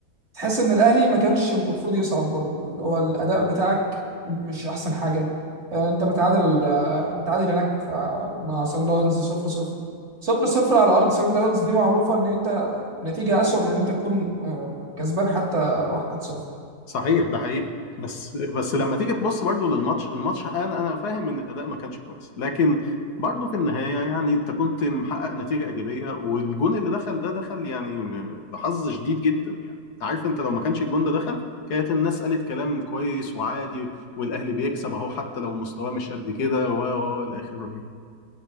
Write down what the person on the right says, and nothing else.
تحس ان الاهلي ما كانش المفروض يصعد برضو اللي هو الاداء بتاعك مش احسن حاجة آه، انت متعادل آه، متعادل هناك في- مع سان داونز 0 0 صفر صفر على ارض سان داونز دي معروفة ان انت نتيجة اسوأ من ان انت تكون آه، كسبان حتى 1-0